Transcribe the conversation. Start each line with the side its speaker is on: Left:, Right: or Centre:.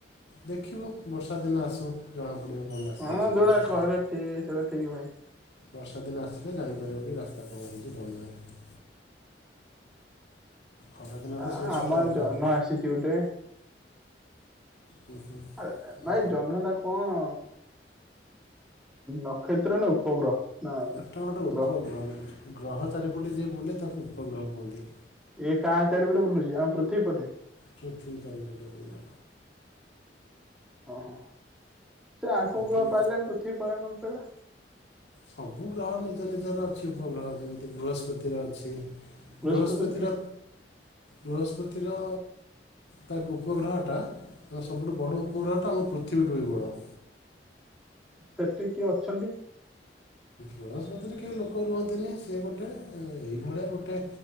Left: ଦେଖିବୁ ବର୍ଷା ଦିନ ଆସୁ। ଜଣା ପଡ଼ିବ କଣ ରାସ୍ତା
Centre: ହଁ
Left: ହେଇଛି କି
Centre: ଯୋଉଟା
Left: ନାଇଁ ସେ
Centre: କହିଲେ ଠିକ ସେଇଟା ଠିକ ଭାଇ।
Left: ବର୍ଷା ଦିନ ଆସିଲେ ଜାଣିପାରିବ କି ରାସ୍ତା କଣ ହେଇଛି କଣ ନାହିଁ। ଖରାଦିନ ତ
Centre: ଆ
Left: ସବୁ
Centre: ଆମ
Left: ଶୁଖିଲା
Centre: ଆଡ଼େ
Left: ଦେଖାହେବ
Centre: ଜହ୍ନ ଆସିଛି ଗୋଟେ।
Left: ହୁଁ ହୁଁ
Centre: ଆ ନାଇଁ
Left: ଆଉ
Centre: ଜହ୍ନ ଟାକୁ କଣ ନକ୍ଷତ୍ର ନା ଉପଗ୍ରହ? ନା
Left: ସେଇଟା ଗୋଟେ ଉପଗ୍ରହ
Centre: ଗ୍ରହ
Left: ଗ୍ରହ ଚାରିପଟେ ଯିଏ ବୁଲେ ତାକୁ ଉପଗ୍ରହ କୁହନ୍ତି।
Centre: ଇଏ କାହା ଚାରିପଟେ ବୁଲୁଛି ଆମ ପୃଥିବୀ ପଟେ?
Left: ପୃଥିବୀ ଚାରିପଟେ ବୁଲେ।
Centre: ଓହୋ ସେ ଆଉ କୋଉ
Left: ପୃଥିବୀ
Centre: ଗ୍ରହ ପାଇଲାନି ପୃଥିବୀକୁ କାଇଁ ଭଲ ପାଇଲା?
Left: ସବୁ ଗ୍ରହର ନିଜ ନିଜର ଅଛି ଉପଗ୍ରହ ଯେମିତି ବୃହସ୍ପତିର ଅଛି।
Centre: ବୃହସ୍ପତିରେ
Left: ବୃହସ୍ପତି
Centre: କିଏ
Left: ର ବୃହସ୍ପତି ର ତା ଗୁପଗ୍ରହଟା ତାହେଲେ ସବୁଠୁ ବଡ଼ ଉପଗ୍ରହଟା ଆମ ପୃଥିବୀଠୁ ବି ବଡ଼।
Centre: ସେଠି କିଏ ଅଛନ୍ତି?
Left: ବୃହସ୍ପତି ରେ କେହି ଲୋକ ରୁହନ୍ତିନି ସେ ଗୋଟେ ଏଇଭଳିଆ ଗୋଟେ